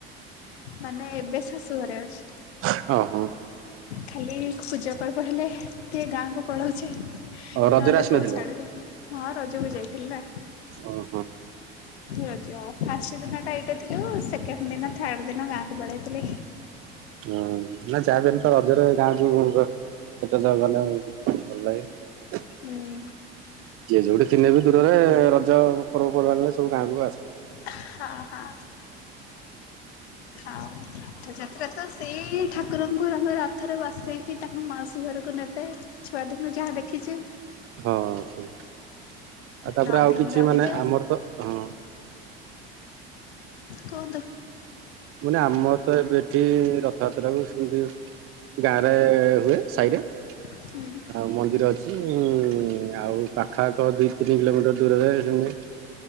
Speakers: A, on the left; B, on the right.
A: ମାନେ ଏବେ, ଶାଶୁ ଘରେ ଅଛି।
B: ଅ, ହଁ।
A: ଖାଲି ପୂଜା ପର୍ବ ହେଲେ ଟିକେ, ଗାଁକୁୁ ପଳଉଛି। ନହେଲେ
B: ରଜରେ ଆସିନଥିଲେ?
A: କୋଉ ଛାଡୁଛନ୍ତି। ହଁ ରଜକୁ ଯାଇଥିଲି ନା।
B: ଓହୋ
A: ରଜ ଫାଷ୍ଟ ଦିନ ଟା ଏଇଟେ ଥିଲୁ ସେକେଣ୍ଡ ଦିନ ଥାର୍ଡ ଦିନ ଗାଁକୁ ପଳେଇଥିଲି।
B: ହଁ, ନା ଯାହାବି ହେନେ ତ ରଜରେ ଗାଁକୁ ଦ ସେଟା ତ ଗଲେ ଭଲ ଲାଗେ,
A: ହୁଁ।
B: ଯିଏ ଯୋଉଠି ଥିନେ ବି ଦୂରରେ, ରଜ ପର୍ବପର୍ବାଣଲେ ସବୁ ଗାଁକୁ ଆସ
A: ହଁ, ହଁ। ଥାଉ ରଥ ଯାତ୍ରା ତ ସେଇ ଠାକୁରଙ୍କ <unintelligible> ରଥରେ ବସେଇକି ତାଙ୍କୁ ମାଉସୀ ଘରକୁ ନେବେ, ଛୁଆଦିନୁ ଯାହା ଦେଖିଛୁ।
B: ହଁ, ସେଇ ଆଉ, ତା'ପରେ
A: ନଅ
B: ଆଉ
A: ଦିନ
B: କିଛି
A: ରହିବେ
B: ମାନେ ଆମର ତ, ହଁ।
A: କଁ ଦ।
B: ମାନେ ଆମର ତ ଏବେ ଏଠି ରଥଯାତ୍ରା ବି ସିଁତି ଗାଁରେ-ଏ ହୁଏ ସାହିରେ।
A: ହୁଁ।
B: ଆଉ ମନ୍ଦିର ଅଛି-ଇ, ଆଉ ପାଖ ଆଖ ଦି ତିନି କିଲୋମିଟର ଦୂର ରେ ସେମିତି